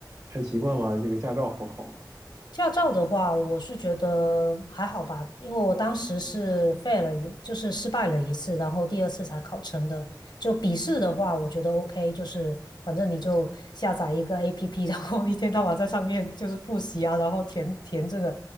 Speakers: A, on the right (about 45°); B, on the left (about 75°).
A: 还习惯吗？这个驾照好考吗？
B: 驾照的话，我是觉得还好吧，因为我当时是废了一，就是失败了一次，然后第二次才考成的。就笔试的话，我觉得 OK，就是反正你就下载一个 APP，然后一天到晚在上面就是复习啊，然后填填这个，